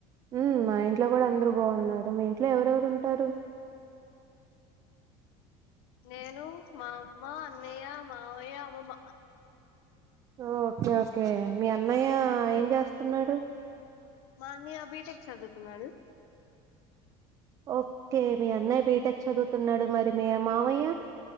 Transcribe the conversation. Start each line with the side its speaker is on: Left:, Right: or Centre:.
Right: ఉమ్ మా ఇంట్లో కూడా అందరు బాగున్నారు మీ ఇంట్లో ఎవరెవరు ఉంటారు
Left: నేను మా అమ్మ అన్నయ్య మావయ్య అమ్మమ్మ
Right: ఓకే ఓకే మీ అన్నయ్య ఏం చేస్తున్నాడు
Left: మా అన్నయ్య బిటెక్ చదువుకున్నాడు
Right: ఓకే మీ అన్నయ్య బీటెక్ చదువుతున్నాడు మరి మీ మావయ్య